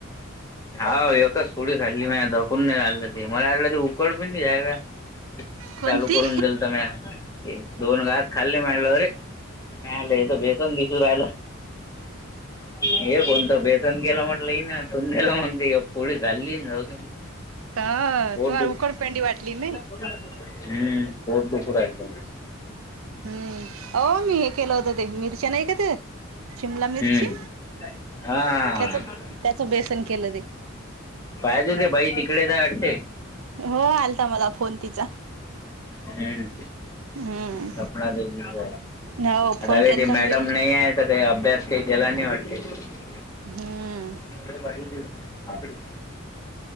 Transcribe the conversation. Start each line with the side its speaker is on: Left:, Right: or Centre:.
Left: हा एकच पोळी खाल्ली मी आता कोण नाय राधाती. मला वाटलं ते उकड पि आय काय
Right: कोणती
Left: चालू करून दिल तर, म्या दोन घास खाल्ले म्या म्हणलो रे, अरे हे तर बेसन दिसु राहिला हे <unintelligible> कोणतं बेसन केल म्हटलं हिन ठेऊन दिल रे पण ती अ पोळी झालेलीच नव्हती.
Right: हा
Left: पोट
Right: तुम्हाला
Left: दुख
Right: उकडपेंडी वाटली नाही
Left: <unintelligible> हम्म पोट दुखु राहिलं.
Right: हम्, आहो मी हे. केलं होत ते, मिरच्या नाही का ते शिमला मिरची
Left: हम्म. हा
Right: त्याच. त्याचं बेसन केलं ते.
Left: पाहिजे ते बाई तिकडे जा हट
Right: हो आलता मला फोन तिचा.
Left: हम्म!
Right: हम्म
Left: सपना बिजनेस
Right: हो फोन
Left: राहते
Right: केलता
Left: ते
Right: ना
Left: मॅडम
Right: तिला
Left: नाही आहे. सकाळी अभ्यास का केला न नाही वाते.
Right: हम्म!
Left: <unintelligible> आपडे <unintelligible>